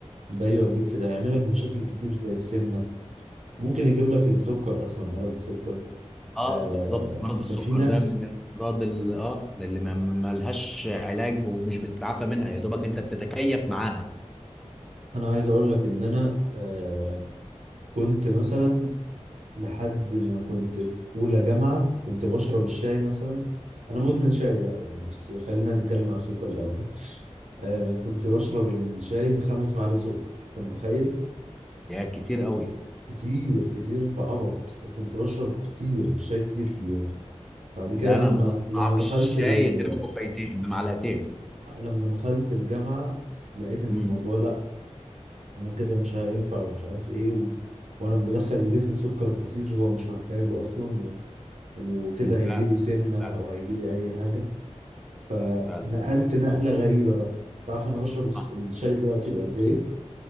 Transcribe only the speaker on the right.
ده يوديك في ده يعملك مشاكل كتير زي السمنة ممكن يجيب لك السكر اصلا مرض السكر
آه
ففي ناس
انا عايز اقول لك ان انا آه كنت مثلا لحد ما كنت في اولى جامعه كنت بشرب الشاي مثلا انا مدمن شاي بقى يعني بس خلينا نتكلم عن السكر الاول آه كنت بشرب الشاي بخمس معالق سكر انت متخيل
كتير كتير بعبط وكنت بشرب كتير شاي كتير في اليوم بعد كده
لما
لما دخلت
ال...
لما دخلت الجامعه لقيت ان
الموضوع لا انا كده مش هينفع ومش عارف ايه و... وانا بدخل لجسمي سكر كتير هو مش محتاجه اصلا و... وكده
هيجي لي سمنه
او هيجي لي اي حاجه فنقلت
نقله غريبه بقى تعرف انا بشرب الس-
الشاي دلوقتي بقد ايه